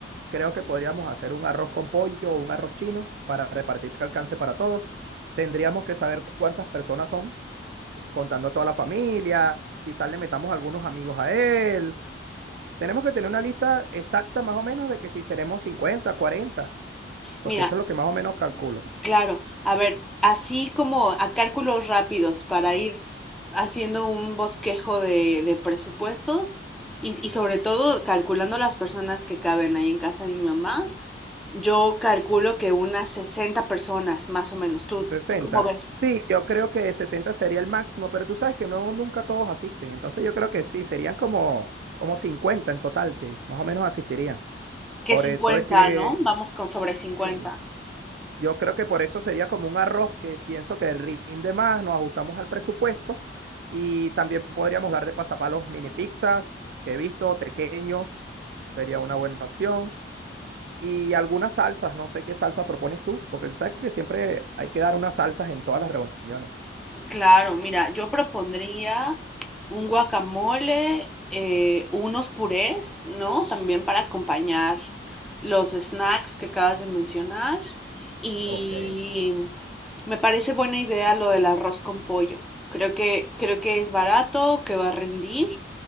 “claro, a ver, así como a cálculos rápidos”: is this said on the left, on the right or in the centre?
Centre